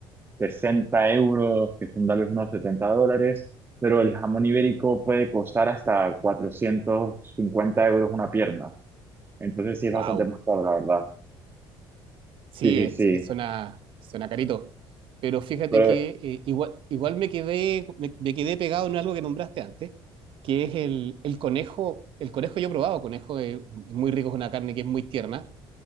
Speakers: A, on the right (about 25°); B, on the right (about 60°).
A: 60 euros, que son tal vez unos 70 dólares, pero el jamón ibérico puede costar hasta 450 euros una pierna. Entonces sí es
B: Wow.
A: bastante más caro, la verdad.
B: Sí,
A: Sí, sí,
B: es,
A: sí.
B: es- suena, suena carito. Pero fíjate
A: Pero
B: que eh, igual, igual me quedé, me, me quedé pegado en algo que nombraste antes, que es el, el conejo. El conejo yo he probado, conejo es, es muy rico, es una carne que es muy tierna,